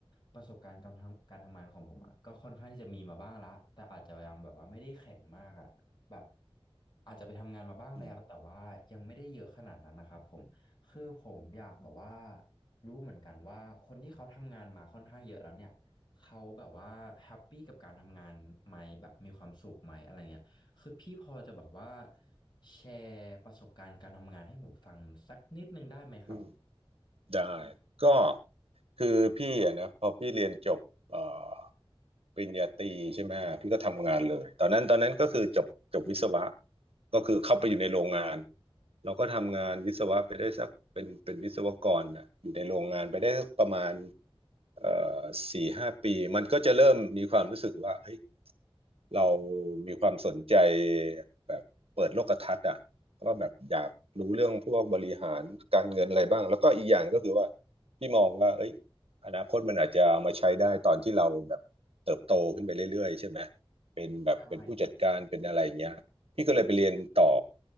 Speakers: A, on the left; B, on the right.
A: ประสบการณ์การทำการทำงานของผมอะก็ค่อนข้างที่จะมีมาบ้างละแต่อาจจะยังแบบว่าไม่ได้แข็งมากอะแบบอาจจะไปทำงานมาบ้างแล้วแต่ว่ายังไม่ได้เยอะขนาดนั้นนะครับผมคือผมอยากแบบว่า
B: อืม
A: รู้เหมือนกันว่าคนที่เขาทำงานมาค่อนข้างเยอะแล้วเนี่ย เขาแบบว่าแฮปปี้กับการทำงานไหมแบบมีความสุขไหมอะไรเงี้ยคือพี่พอจะแบบว่าแชร์ประสบการณ์การทำงานให้ผมฟังสักนิดนึงได้ไหมครับ
B: อืมได้ก็คือพี่อะนะพอพี่เรียนจบเอ่อปริญญาตรีใช่ไหมพี่ก็ทำงานเลยตอนนั้นตอนนั้นก็คือจบจบวิศวะก็คือเข้าไปอยู่ในโรงงานเราก็ทำงานวิศวะไปได้สักเป็นเป็นวิศวกรนะอยู่ในโรงงานไปได้สักประมาณเอ่อสี่ห้าปีมันก็จะเริ่มมีความรู้สึกว่าเฮ้ย เรามีความสนใจแบบเปิดโลกทัศน์อ่ะก็แบบอยากรู้เรื่องพวกบริหารการเงินอะไรบ้างแล้วก็อีกอย่างก็คือว่าพี่มองว่าเอ้ยอนาคตมันอาจจะเอามาใช้ได้ตอนที่เราแบบเติบโตขึ้นไปเรื่อยๆใช่ไหมเป็นแบบเป็นผู้จัดการเป็นอะไรอย่างเงี้ยพี่ก็เลยไปเรียนต่อ
A: ได้ครับ